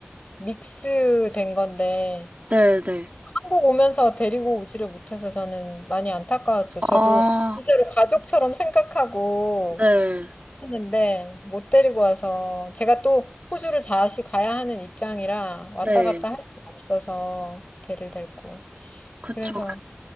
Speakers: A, on the left (about 30°); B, on the right (about 35°).
A: 믹스 된 건데
B: 네, 네,
A: 한국 오면서 데리고 오지를 못해서 저는 많이 안타까웠죠.
B: 아,
A: 저도 진짜로 가족처럼 생각하고
B: 네,
A: 했는데 못 데리고 와서 제가 또 호주를 다시 가야 하는 입장이라 왔다
B: 네,
A: 갔다 할 수가 없어서 걔를 데리고.
B: 그쵸.
A: 그래서
B: 그-